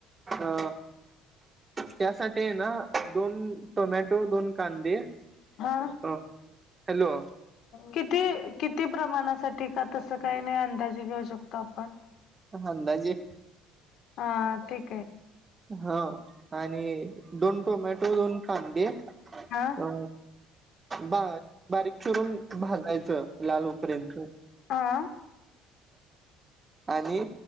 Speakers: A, on the right; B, on the left.
A: अ त्यासाठी ये ना दोन टोमॅटो दोन कांदे
B: हा
A: अ हॅलो
B: किती किती प्रमाणासाठी का तस काय नाही अंदाजे घेऊ शकतो आपण
A: अंदाजे
B: हा ठीक हाय.
A: हो आणि दोन टोमॅटो दोन कांदे अ
B: हा
A: बा बारीक चिरून भाजायचं लाल होऊ पर्यत
B: आ.
A: आणि